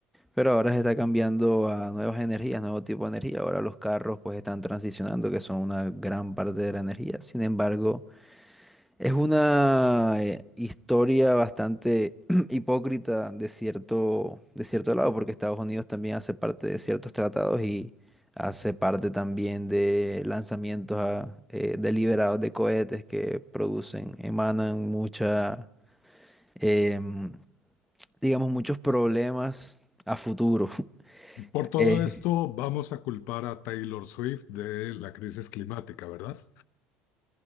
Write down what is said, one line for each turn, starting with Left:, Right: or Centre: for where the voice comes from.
Centre: Pero ahora se está cambiando a nuevas energías, nuevo tipo de energía. Ahora los carros pues están transicionando, que son una gran parte de la energía. Sin embargo, es una eh, historia bastante <clears throat> hipócrita de cierto, de cierto lado, porque Estados Unidos también hace parte de ciertos tratados y hace parte también de lanzamientos a- eh, deliberados de cohetes que producen, emanan mucha, em, digamos, muchos problemas a futuro. <laughs>
Left: Por todo
Centre: Eh,
Left: esto, vamos a culpar a Taylor Swift de la crisis climática, ¿verdad?